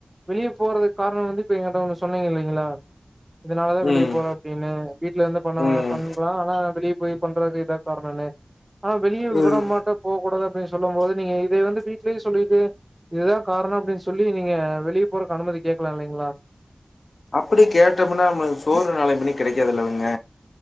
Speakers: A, on the right (about 20°); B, on the left (about 80°).
A: வெளிய போறதுக்கு காரனோ வந்து இப்ப எங்கட்ட ஒன்னு சொன்னீங்கில்லைங்களா இதனாலதா வெளிய
B: ம்
A: போறோ அப்டின்னு வீட்லருந்து பண்ணவ
B: ம்
A: பண்லா ஆனா வெளியே போய் பண்றதுக்கு இதா கார்னோன்னு ஆனா வெளிய
B: ம்
A: விட மாட்டே போ கூடாது அப்டின்னு சொல்லும் போது நீங்க இத வந்து வீட்லயு சொல்லிட்டு இதுதா காரனோ அப்டின் சொல்லி நீங்க வெளிய போறக்கு அனுமதி கேக்லா இல்லீங்ளா
B: அப்புடி கேட்டமுனா நம்ளுக்கு சோறு நாலயபின்ன கெடைக்காதுல்லங்க